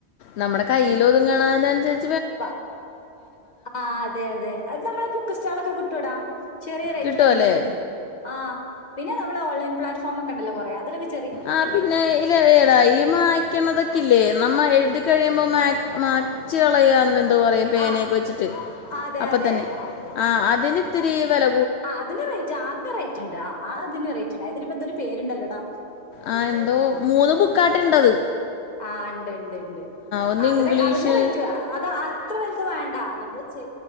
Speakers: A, on the left (about 75°); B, on the left (about 40°).
A: നമ്മടെ കയ്യിലൊതുങ്ങണ നേനനുസരിച്ച്
B: <unintelligible> ആ അതെ അതെ അത് നമ്മളെ ബുക്ക്സ്റ്റാളിലൊക്കെ കിട്ട് കിട്ടുവെടാ. ചെറിയ റേറ്റിലെന്നെ
A: കിട്ടുമല്ലേ
B: കിട്ട്ന്ന്ണ്ട് ആ പിന്നെ നമ്മളെ ഓൺലൈൻ പ്ലാറ്റ്ഫോമാ ക്കണ്ടല്ലോ കൊറെ അതിലെക്കെ ചെ
A: ആ പിന്നെ ഈല് എടാ ഈ മായ്ക്കണതൊക്കെ ഇല്ലേ നമ്മ എഴുതി കഴിയുമ്പ മാക്ക് മാച്ച് കളയാന് ത്തു പറയും പേനെയൊക്കെ
B: ആഹ്
A: വെച്ചിറ്റ്
B: അതെ
A: അപ്പത്തന്നെ
B: അതെ
A: ആ അത് ഇതിന് ത്തിരി വെല
B: അതിന് റേറ്റ് അതിനു റേറ്റ്ണ്ട് ആ അതിന്റ്റേറ്റ് അയിന് പ്ന്തര് പേര് ണ്ടല്ലടാ
A: ആ എന്തോ മൂന്നു ബുക്കാറ്റെ ണ്ടത്
B: ആണ്ട് ണ്ട്
A: ഒന്ന്
B: ണ്ട്അതിന്റെ
A: ഇംഗ്ലീഷ്
B: അതിന്റെ റേറ്റ് അത് ആ ഇത്ര വലുത് വേണ്ട നമ്മള് ചെ